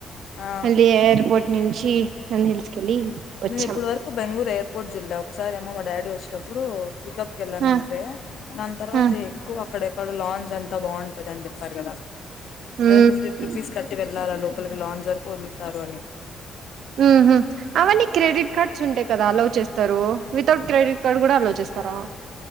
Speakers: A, on the left (about 70°); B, on the right (about 70°).
A: ఆ
B: మళ్ళీ ఏర్పోర్ట్ నించి నంది హిల్స్ కెళ్ళి, వచ్చాం
A: నేను ఇప్పటి వరకు బెంగళూరు ఎయిర్పోర్ట్ చూడలే. ఒకసారెమో మా డాడీ వచ్చేటప్పుడు, పికప్ కెల్లానంతే.
B: ఆ
A: దాని తర్వాత
B: ఆ
A: ఎక్కువ, అక్కడెక్కడో లాంచ్ అంతా బాంటది అని చెప్పారు కదా,
B: ఉమ్
A: ఏదొ ఫిఫ్టీ రూపీస్ కట్టి వె ళ్లాల. లోపలికి లాంచ వరకు వదులుతారు అని,
B: మ్ హు అవన్నీ క్రెడిట్ కార్డ్స్ ఉంటె కదా అలౌ చేస్తారు. వితౌట్ క్రెడిట్ కార్డ్ కూడా అలౌ చేస్ తారా?